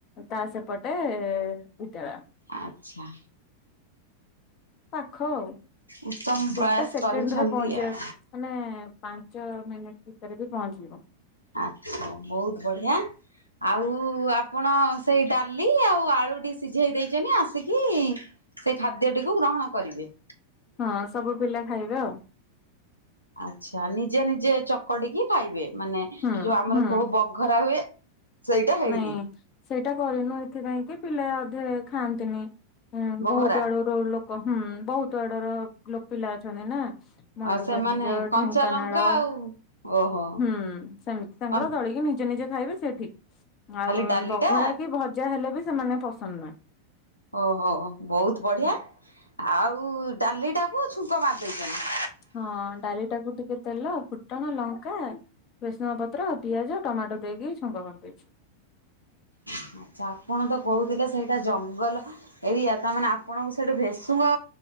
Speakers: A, on the left; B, on the left.
A: ତା ସେପଟେ ବିଦ୍ୟାଳୟ।
B: ଆଚ୍ଛା।
A: ପାଖ ଆଉ
B: ଉତ୍ତମ
A: ଗୋଟେ
B: ପ୍ରୟାସ
A: ସେକେଣ୍ଡ
B: କରିଛନ୍ତି
A: ରେ ପହଞ୍ଚିବା
B: ଆଉ
A: ମାନେ ପାଞ୍ଚ ମିନିଟ୍ ଭିତରେ ବି ପହଞ୍ଚିବ।
B: ଆଚ୍ଛା ବହୁତ ବଢିଆ ଆଉ। ଆପଣ ସେଇ ଡାଲି ଆଉ ଆଳୁଟି ସିଝେଇ ଦେଇଛନ୍ତିଛନ୍ତି ଆସିକି ସେ ଖାଦ୍ୟଟିକୁ ଗ୍ରହଣ କରିବେ।
A: ହଁ ସବୁ ପିଲା ଖାଇବେ ଆଉ।
B: ଆଚ୍ଛା ନିଜେ ନିଜେ ଚକଡିକି ଖାଇବେ ମାନେ ଯୋଉ
A: ହୁଁ
B: ଆମର
A: ହୁଁ
B: କହୁ ବଘରା ହୁଏ। ସେଇଟା ହେଇନି।
A: ନାଇଁ ସେଇଟା କରିନୁ ଏଥିପାଇଁ କି ପିଲା ଅଧେ ଖାଆନ୍ତିନି
B: ବଘରା।
A: ବହୁତ ଆଡୁ ର ଲୋକ ହୁଁ ବହୁତ ସବୁ ଆଡର ପିଲା ଅଛନ୍ତି ନା ମୟୁରୁଭଞ୍ଜ
B: ଆଉ ସେମାନେ କଞ୍ଚା
A: ଢେଙ୍କାନାଳ।
B: ଲଙ୍କା ଆଉ ଓହୋ।
A: ହୁଁ ସେମିତି ତାଙ୍କର
B: କଣ
A: ଦଳିକି ନିଜେ ନିଜେ ଖାଇବେ ସେ ଠିକ୍। ଆଉ
B: ଖାଲି ଡାଲିଟା
A: ବଘରା କି ଭଜା ହେଲେ ବି ସେମାନେ ପସନ୍ଦ ନାହିଁ।
B: ଓହୋ ବହୁତ ବଢିଆ
A: ହୁଁ।
B: ଆଉ ଡାଲି ଟାକୁ ଛୁଙ୍କ ମାରି ଦେଇଛନ୍ତି।
A: ହଁ ଡାଲି ଟାକୁ ଟିକେ ତେଲ ଫୁଟଣ ଲଙ୍କା ଭେଶୁଆଁ ପତ୍ର ପିଆଜ ଟମାଟ ଦେଇ କି ଛୁଙ୍କ କରିଦେଇଚି।
B: ଆଚ୍ଛା ଆପଣ ତ କହୁଥିଲେ ସେଇଟା ଜଙ୍ଗଲ ଏରିଆ ତାମାନେେ ଆପଣଙ୍କୁ ସେଇଠୁ ଭେଷୁଙ୍ଗ